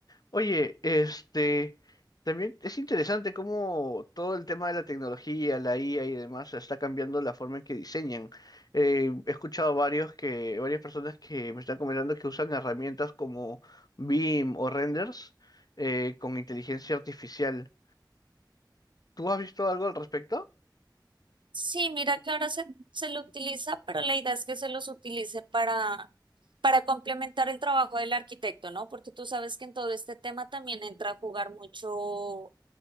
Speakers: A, on the left; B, on the right.
A: Oye, este, también es interesante cómo todo el tema de la tecnología, la IA y demás está cambiando la forma en que diseñan. Eh, he escuchado varios que, varias personas que me están comentando que usan herramientas como BIM o renders eh, con inteligencia artificial. ¿Tú has visto algo al respecto?
B: Sí, mira que ahora se, se lo utiliza, pero la idea es que se los utilice para, para complementar el trabajo del arquitecto, ¿no? Porque tú sabes que en todo este tema también entra a jugar mucho